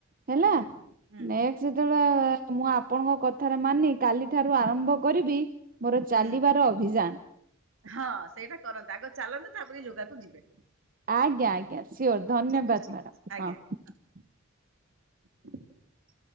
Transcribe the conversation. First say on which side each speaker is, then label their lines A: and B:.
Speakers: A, on the right (about 45°); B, on the right (about 80°).
A: ହେଲା
B: ହୁଁ ହୁଁ
A: ନେକ୍ସ୍ଟ ଯେତେବେଳେ ବା ମୁଁ ଆପଣଙ୍କ କଥାରେ ମାନି କାଲି ଠାରୁ ଆରମ୍ଭ କରିବି ମୋର ଚାଲିବାର
B: ହୁଁ
A: ଅଭିଯାନ
B: ହଁ ସେଇଟା କରନ୍ତୁ ଆଗ ଚାଲନ୍ତୁ ତାପରେ ଯୋଗାକୁ ଯିବେ।
A: ଆଜ୍ଞା ଆଜ୍ଞା ସିଓର ଧନ୍ୟବାଦ
B: ଠିକ ଅଛି ଠିକ
A: ମ୍ୟାଡ଼ମ
B: ଅଛି ଆଜ୍ଞା ଆଜ୍ଞା
A: ହଁ। <inaudible>
B: <inaudible>